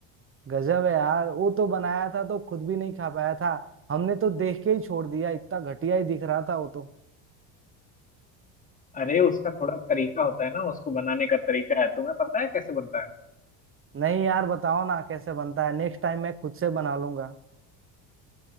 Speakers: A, on the right; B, on the left.
A: गजब है यार वो तो बनाया था तो खुद भी नहीं खा पाया था हमने तो देख के ही छोड़ दिया इतना घटिया ही दिख रहा था वो तो
B: अरे उसका थोड़ा तरीका होता है ना उसको बनाने का तरीका है तुम्हें पता है कैसे बनता है
A: नहीं यार बताओ ना कैसे बनता है नेक्स्ट टाइम मैं खुद से बना लूंगा